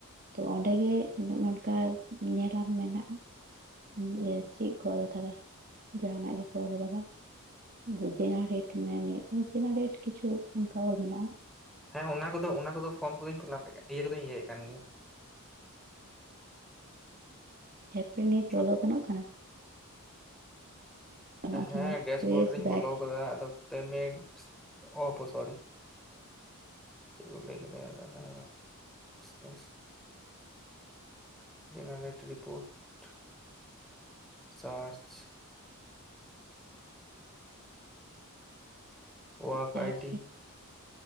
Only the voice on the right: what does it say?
ᱚᱸᱰᱮ ᱜᱮ, ᱱᱚᱝᱠᱟ ᱧᱮᱞᱟᱢ ᱢᱮᱱᱟᱜᱼᱟ ᱾ ᱤᱭᱟᱹ ᱪᱮᱫ ᱚᱞ ᱠᱟᱫᱟ ᱡᱟᱸᱦᱟᱱᱟᱜ ᱜᱮᱠᱚ ᱚᱞ ᱠᱟᱫᱟ ᱾ ᱡᱮ ᱡᱮᱱᱟᱨᱮᱴ ᱢᱮᱱᱮᱫ ᱡᱮᱱᱟᱨᱮᱴ ᱠᱤᱪᱷᱩ ᱚᱱᱠᱟ ᱚᱞ ᱢᱮᱱᱟᱜᱼᱟ ᱾
ᱮᱨ ᱯᱚᱨᱮ ᱱᱤᱛ ᱵᱚᱞᱚ
ᱜᱟᱱᱚᱜ ᱠᱟᱱᱟ ᱾ ᱜᱟᱱᱚᱜᱼᱟ
ᱛᱚ ᱱᱚᱣᱟ
ᱯᱨᱮᱥ
ᱵᱮᱠ
ᱥᱟᱨᱪ
ᱜᱮ